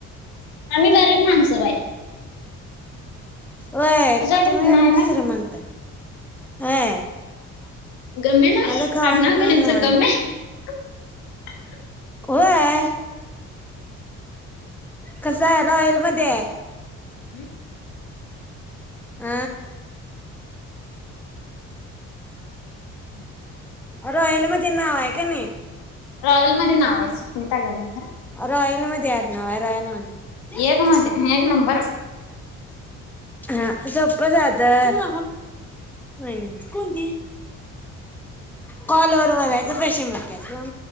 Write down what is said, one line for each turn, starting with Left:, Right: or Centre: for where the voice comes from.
Left: आम्ही गरीब माणसं बाई
Centre: व्हय
Left: तुझ्या किती
Centre: तुम्ही
Left: नाही
Centre: उलट
Left: बाई
Centre: श्रीमंत व्हय
Left: गमेना
Centre: माझं खाऊन
Left: आडनाव
Centre: पिऊन
Left: काय ह्याच
Centre: निवांत
Left: गमे <inaudible>
Centre: कोय कस हाय रॉयल मध्ये हाय
Left: हं
Centre: आ
Left: <inaudible>
Centre: रॉयल मध्ये नाव हाय कणी?
Left: रॉयलमध्ये नाव आहे. स्मिता गणे खरं
Centre: रॉयलमध्ये आडनाव आहे, रॉयल मध्
Left: एक मध्ये एक नंबर
Centre: हा सोप्प जातं वयनिंच कोण ती? कॉलत. बोलायचं पैशे मिळतात.